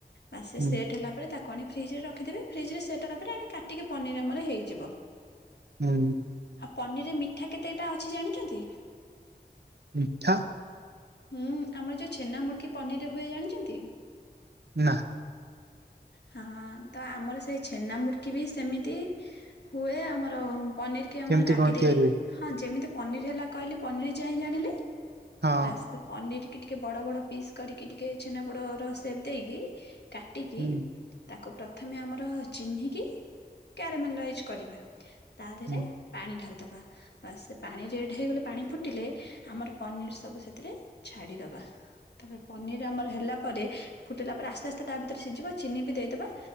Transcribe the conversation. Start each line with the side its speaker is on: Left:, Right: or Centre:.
Left: ବାସ୍ ସେସେଟ୍
Right: ହୁଁ
Left: ହେଲା ପରେ ତା କରିକି ଫ୍ରିଜରେ ରଖିଦେବେ ଫ୍ରିଜରେ ସେଟ୍ ହେଲା ପରେ ଆଣି କାଟିକି ପନିର୍ ଆମର ହେଇଯିବ।
Right: ହୁଁ।
Left: ଆଉ ପନିରରେ ମିଠା କେତେଟା ଅଛି ଜାଣିଚନ୍ତି?
Right: ମିଠା
Left: ହୁଁ ଆମର ଯେଉଁ ଛେନାମୁଡ଼କି ପନିରରେ ହୁଏ ଜାଣିଚନ୍ତି?
Right: ନାଁ।
Left: ହଁ ତଆମର ସେ ସେଇ ଛେନା ମୁଡ଼ୁକିବି ସେମିତି ହୁଏ ଆମର ପନିରିକି ଆମର
Right: କେମିତି
Left: କାଟିଦେଇକି
Right: କଣ ତିଆରି ହୁଏ
Left: ହଁ ଯେମିତି ପନିର୍ ହେଲା କହିଲି ପନିର୍ ଯାଇଁ ଜାଣିଲେ
Right: ହଁ
Left: ବାସ୍ ପନିରକି ଟିକେ ବଡ଼ ବଡ଼ ପିସ୍ କରିକି ଟିକେ ଛେନା ପୋଡ଼ର ସେପ୍ ଦେଇକି କାଟିକି
Right: ହୁଁ।
Left: ତାକୁ ପ୍ରଥମେ ଆମର ଚିହ୍ନିକି କ୍ୟାରମଲାଇଜ କରିବା ତାଦେହରେ
Right: ହୁଁ
Left: ପାଣି ଢାଳିଦବା ବାସ୍ ସେପାଣି ରେଡ୍ ହେଇଗଲେ ପାଣି ଫୁଟିଲେ ଆମର ପନିର୍ ସବୁ ସେଥିରେ ଛାଡ଼ିଦବା। ତାପରେ ପନିର୍ ଆମର ହେଲା ପରେ ଫୁଟିଲା ପରେ ଆସ୍ତେ ଆସ୍ତେ ତାଭିତରେ ସିଝିବ ଚିନିବି ଦେଇଦେବା